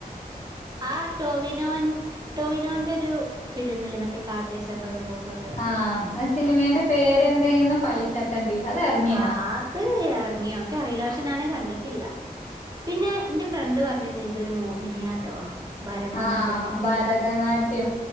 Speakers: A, on the right (about 25°); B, on the left (about 50°).
A: ആ ടോവിനോൻ ടോവിനോന്റെ ഒരു ഫിലിം ഇില്ലേ മറ്റേ കാട്ട് ചെ മ്പകം പൂത്തോട്ടെ
B: ആഹ് ആ സിനിമന്റെ പേരെന്തെയന്നു പള്ളിച്ചട്ടമ്പി അത് ഇറങ്ങിയാ
A: ആ അത് ഇറങ്ങിയൊ ക്കി അറിയില്ല പക്ഷെ ഞൻ അത്കണ്ടിട്ടില്ല പിന്നെ എൻ്റെ ഫ്രണ്ട് പറഞ്ഞിനി ഇതൊരു മോഹിനിയാട്ട് ട്ടോ ഭരതനാട്യം
B: ആ
A: അങ്ങനെ എന്തോ
B: ഭരതനാട്യം